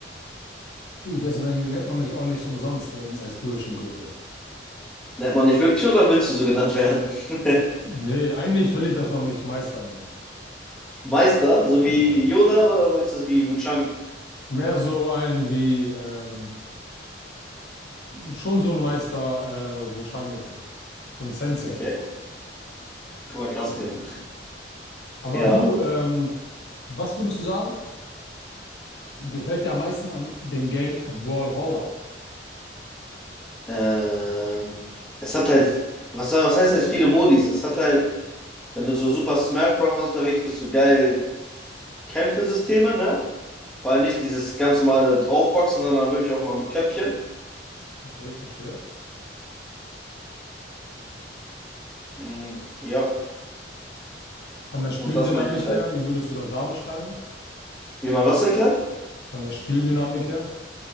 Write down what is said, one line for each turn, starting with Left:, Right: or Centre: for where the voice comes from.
Left: du, deswegen nennt man mich auch nicht umsonst den äh, kurischen Goethe.
Centre: Nennt man dich wirklich oder willst du so genannt werden? <laughs>
Left: Nee, eigentlich will ich, dass man mich Meister nennt.
Centre: Meister, so wie
Left: Ja.
Centre: Yoda oder meinst du es wie Wuchang?
Left: Mehr so ein wie, ähm, schon so ein Meister, äh, Wushang-mäßig. So ein Sensei.
Centre: Okay, guck mal, Caspian.
Left: Aber
Centre: Ja,
Left: du, ähm, was würdest du sagen, gefällt dir am meisten an dem Game Brawlhalla?
Centre: ähm, es hat halt, was, was heißt jetzt viele Modis? Es hat halt, wenn du so Super Smash Bros. unterwegs bist, so geil Kämpfesysteme, ne? Weil
Left: Ja,
Centre: nicht dieses ganz normale Draufboxen, sondern wirklich auch mal mit Köpfchen.
Left: okay, ich verstehe.
Centre: Mm, ja,
Left: Von der Spieldynamik
Centre: und das meine ich halt.
Left: her, wie würdest du das da beschreiben?
Centre: Wie man was erklärt?
Left: Von der Spieldynamik her?